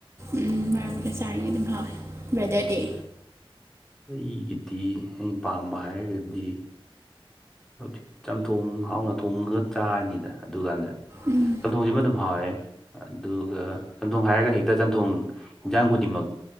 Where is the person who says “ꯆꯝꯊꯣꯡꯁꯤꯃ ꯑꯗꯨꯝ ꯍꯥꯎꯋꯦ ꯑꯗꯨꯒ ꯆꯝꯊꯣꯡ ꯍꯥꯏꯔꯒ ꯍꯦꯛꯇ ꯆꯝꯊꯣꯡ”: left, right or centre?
Centre